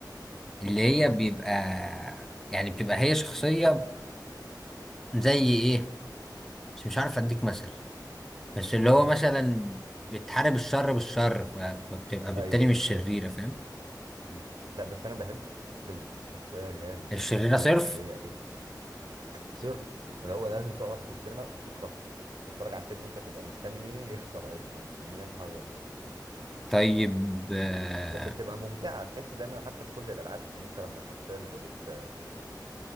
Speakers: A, in the centre; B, on the right (about 80°).
A: اللي هي
B: مم.
A: بيبقى يعني بتبقى هي شخصية زي ايه مش مش عارف اديك مثل بس اللي هو
B: مم.
A: مثلا بتحارب الشر بالشر ف- فبتبقى بالتالي
B: أيوه
A: مش شريرة
B: أيوه
A: فاهم
B: مم. لا بس أنا بحب ال- الشخصية اللي هي الشريرة
A: الشريرة صرف
B: اللي هي صرف هو لازم تقعد في السينما تكرهه تتفرج على الفيلم انت تبقى مستني يخسر او تبقى مستني يعمل حاجه غلط
A: طيب آه،
B: بس بتبقى ممتعه تحس دايما حتى في كل الالعاب ان انت لما الشخصيه اللي بت